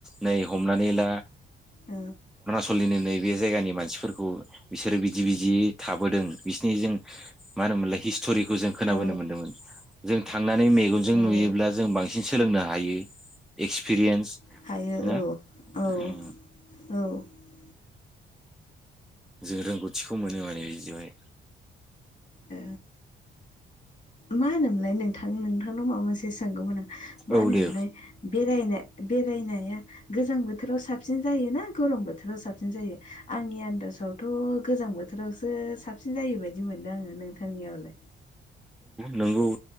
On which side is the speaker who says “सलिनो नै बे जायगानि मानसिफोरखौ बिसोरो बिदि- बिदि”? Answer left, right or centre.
Centre